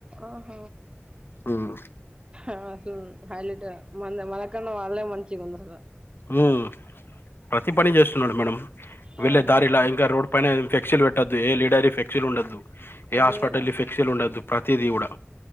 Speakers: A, on the right; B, on the left.
A: ఆహ
B: ఉమ్
A: అ సు హైలైట్ మ మనకన్న వాళ్ళే మంచిగుంది
B: మ్ ప్రతి పని చేస్తున్నాడు మేడం
A: ఆ
B: వెళ్ళే
A: అదే
B: దారిలా
A: కదా
B: ఇంకా రోడ్ పైన ఫెక్సిల్లు పెట్టద్దు ఏ లీడర్వి ఫ్లెక్సిల్ ఉండద్దు ఏ
A: అదే
B: హాస్పిటల్
A: కదా
B: వి ఫిక్సల్ ఉండద్దు ప్రతిదీ కూడా